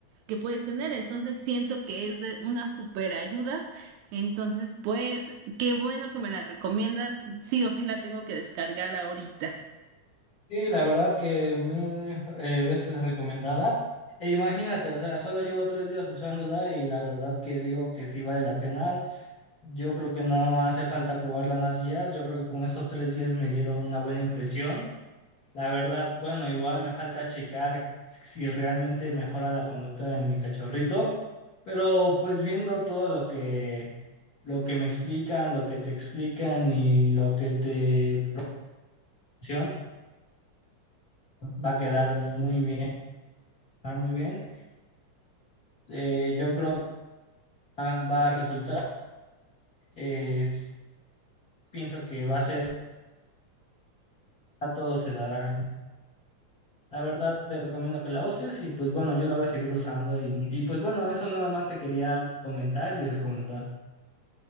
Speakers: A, on the right (about 80°); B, on the left (about 45°).
A: que puedes tener. Entonces siento que es de una super ayuda. Entonces, pues, qué bueno que me la recomiendas. Sí o sí la tengo que descargar ahorita.
B: Sí, la verdad que mil eh, veces recomendada. E imagínate, o sea, solo llevo tres días usándola y la verdad que digo que sí vale la pena. Yo creo que no hace falta probarla más días. Yo creo que con estos tres días me dieron una buena impresión. La verdad, bueno, igual me falta checar si realmente mejora la conducta de mi cachorrito, pero pues viendo todo lo que lo que me explican, lo que te explican y lo que te presionan, va a quedar muy bien, va a quedar muy bien. Eh, yo creo que va, va a resultar. Eh, sí, pienso que va a ser, a todo se dará. La verdad, te recomiendo que la uses y pues bueno, yo la voy a seguir usando y, y, pues bueno, eso nada más te quería comentar y recomendar.